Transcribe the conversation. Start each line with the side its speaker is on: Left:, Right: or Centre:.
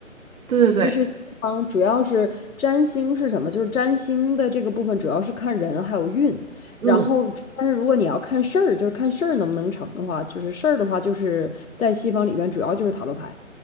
Right: 对对对，
Left: 这是西方，主要是占星是什么？就是占星的这个部分主要是看人还有运，
Right: 嗯。
Left: 然后但是如果你要看事儿，就是看事儿能不能成的话，就是事儿的话，就是在西方里面主要就是塔罗牌。